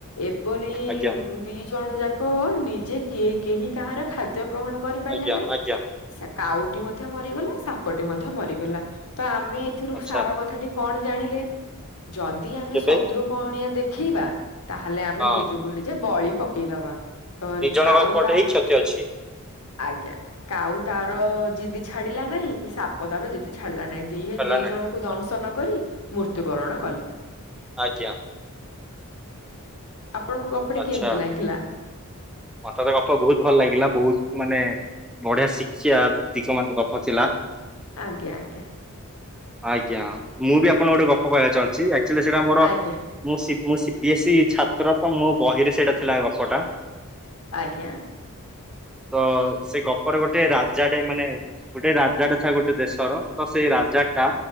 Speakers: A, on the left; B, in the centre.
A: ଏପଲି
B: ଆଜ୍ଞା
A: ଦି ଜଣ ଯାକ ନିଜେ କିଏ କେହି କାହାର ଖାଦ୍ୟ ଗ୍ରହଣ କରିପାରିଲେ
B: ଆଜ୍ଞା
A: ନାଇଁ।
B: ଆଜ୍ଞା
A: ସେ କାଉଟି ମଧ୍ୟ ମରିଗଲା ସାପଟି ମଧ୍ୟ ମରିଗଲା। ତ ଆମେ ଏଥିରୁ
B: ଆଚ୍ଛା
A: ସାର କଥାଟି କଣ ଜାଣିଲେ ଯଦି ଆମେ
B: କେବେ
A: ଶତ୍ରୁ ପଣିଆ ଦେଖେଇବା ତାହେଲେ ଆମେ
B: ହଁ
A: ନିଜକୁ ନିଜେ ବଳି ପକେଇଦବା। ତ
B: ଦି ଜଣଙ୍କ
A: କାଉ
B: ପଟେ
A: ତାର
B: ହିଁ କ୍ଷତି ଅଛି
A: ଆଜ୍ଞା, କାଉ ତାର ଜିଦି ଛାଡିଲା ନାହିଁ କି ସାପ ପଦାର ଯଦି ଛାଡିଲା ନାହିଁ ଦି
B: ହେଲା
A: ଦି
B: ନା
A: ଜଣଙ୍କୁ ଦଂଶନ କରି ମୃତ୍ୟୁ ବରଣ କଲେ।
B: ଆଜ୍ଞା।
A: ଆପଣଙ୍କୁ ଗପଟି
B: ଆଚ୍ଛା
A: କେମିତି ଲାଗିଲା?
B: ମତେ ଗପ ବହୁତ ଭଲ ଲାଗିଲା। ବହୁତ ମାନେ ବଢିଆ ଶିକ୍ଷା ଦିଗ ମାନ ଗପ ଥିଲା।
A: ଆଜ୍ଞା, ଆଜ୍ଞା।
B: ଆଜ୍ଞା, ମୁଁ ବି ଆପଣଙ୍କୁ ଗୋଟେ ଗପ କହିବାକୁ ଚାହୁଁଛି ଆକଚୁଆଲି ସେଇଟା ଆମର
A: ଆଜ୍ଞା
B: ମୁଁ ମୁଁ ସିବ ବିି ଏସ୍ଇ ଛାତ୍ର ତ ମୋ ବହିରେ ସେଇଟା ଥିଲା ଗପଟା।
A: ଆଜ୍ଞା‌।
B: ତ ସେ ଗପର ଗୋଟେ ରାଜାଟେ ମାନେ ଗୋଟେ ରାଜାଟେ ଥାଏ ଗୋଟେ ଦେଶର, ତ ସେଇ ହଜାର ଟା